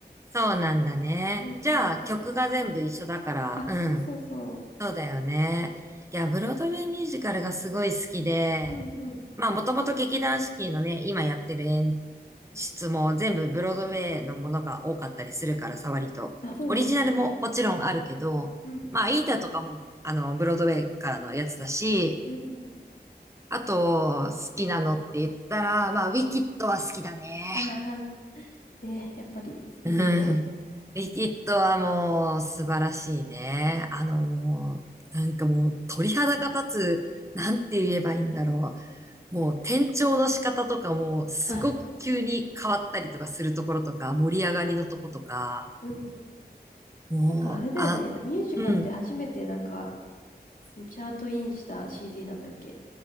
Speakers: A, on the right (about 15°); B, on the left (about 55°).
A: そうなんだね。
B: うんうんうん。
A: じゃあ、曲が全部一緒だから、
B: あ、
A: うん、
B: そうそうそう。
A: そうだよね。いや、ブロードウェイミュージカルがすごい好きで、
B: うんうん。
A: まあ、もともと劇団四季のね、今やってる演出も全部ブロードウェイのものが多かったりするからさ、割と。
B: あ、そうだね。
A: オリジナルももちろんあるけど、
B: うんうん。
A: まあ、イータとかも、あの、ブロードウェイからのやつだし、
B: うん
A: あと、好きなのって言ったら、まあ、ウィキッドは好きだね。
B: ああ、ね、やっぱりいいよね。
A: うん。ウィキッドはもう素晴らしいね。
B: うんうん
A: あの、なんかもう鳥肌が立つ、なんて言えばいいんだろう。もう転調の仕方とかもすごく急に変わったりとかするところとか、
B: あ、
A: 盛り上がりのとことか、
B: うん。
A: もう、
B: なんかあれだよね。
A: あ、
B: ミュージカルで初めてなんか、
A: うん、
B: チャートインした CD なんだっけ。